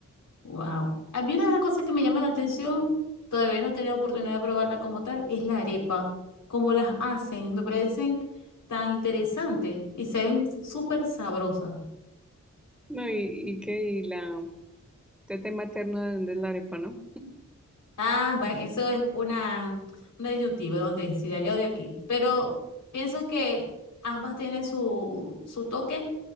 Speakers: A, on the left; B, in the centre.
A: wow. A mí una de las cosas que me llama la atención, todavía no he tenido oportunidad de probarla como tal, es la arepa, cómo las hacen. Me parecen tan interesantes y se ven súper sabrosas.
B: No, y, y que y la tete materna de dónde es la arepa, ¿no?
A: Ah, va- eso es una, una disyuntiva donde si de allá o de aquí. Pero pienso que ambas tienen su, su toque